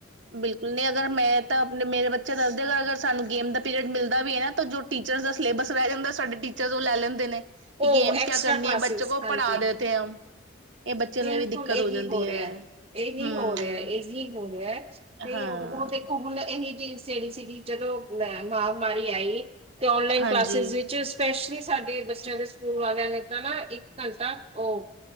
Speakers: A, on the right; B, on the right.
A: ਬਿਲਕੁਲ ਨਹੀਂ ਅਗਰ ਮੈਂ ਤਾਂ ਆਪਣੇ, ਮੇਰੇ ਬੱਚੇ ਦੱਸਦੇ ਅਗਰ ਸਾਨੂੰ ਗੇਮ ਦਾ ਪੀਰੀਅਡ ਮਿਲਦਾ ਵੀ ਹੈ ਨਾ, ਜੋ ਟੀਚਰ ਦਾ ਸਿਲੇਬਸ ਰਹਿ ਜਾਂਦਾ, ਸਾਡੇ ਟੀਚਰ ਉਹ ਲੈ ਲੈਂਦੇ ਨੇ ਕਿ
B: ਉਹ
A: ਗੇਮਸ
B: ਐਕਸਟਰਾ
A: ਕਿਆ ਕਰਨੀ
B: ਕਲਾਸਿਸ
A: ਹੈ ਬੱਚੇ ਕੋ
B: ਹਾਂਜੀ
A: ਪੜ੍ਹਾ ਦੇਤੇ ਹਮ ਇਹ ਬੱਚੇ ਨੂੰ
B: ਬਿਲਕੁਲ
A: ਵੀ ਦਿੱਕਤ
B: ਇਹ
A: ਜਾਂਦੀ
B: ਵੀ ਹੋ ਰਿਹਾ-
A: ਹੈ
B: ਇਹੀ
A: ਹਮ
B: ਹੋ ਰਿਹਾ- ਇਹੀ ਹੋ ਰਿਹਾ ਤੇ
A: ਹਾਂ
B: ਉਹ ਦੇਖੋ ਹੁਣ ਇਹਹੀ ਚੀਜ਼ ਜਿਹੜੀ ਸੀਗੀ ਜਦੋਂ ਅਹ ਮਹਾ ਮਾਰੀ ਆਈ ਤੇ ਔਨਲਾਈਨ
A: ਹਾਂਜੀ
B: ਕਲਾਸਿਸ ਵਿੱਚ ਸਪੈਸ਼ਲੀ ਸਾਡੇ ਬੱਚਿਆਂ ਦੇ ਸਕੂਲ ਵਾਲਿਆਂ ਨੇ ਤਾਂ ਨਾ ਇੱਕ ਘੰਟਾ ਉਹ